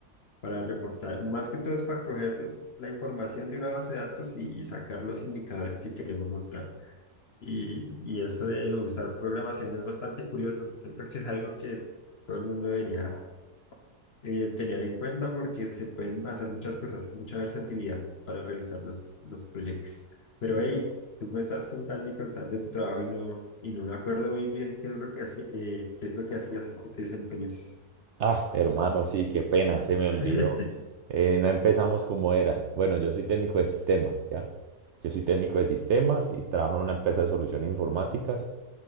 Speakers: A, on the left (about 55°); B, on the right (about 70°).
A: para reportar. Más que todo es para coger la información de una base de datos y, y sacar los indicadores que queremos mostrar. Y, y eso de usar programación es bastante curioso. Siento que es algo que todo el mundo debería eh, tener en cuenta porque se pueden hacer muchas cosas, mucha versatilidad para realizar los, los proyectos. Pero hey, tú me estás contando y contando de tu trabajo y no, y no me acuerdo muy bien qué es lo que hacía, eh, qué es lo que hacías, en qué te desempeñas.
B: Ah, hermano, sí, qué pena, se me olvidó.
A: <laughs>
B: Eh, no empezamos como era. Bueno, yo soy técnico de sistemas, ¿ya? Yo soy técnico de sistemas y trabajo en una empresa de soluciones informáticas,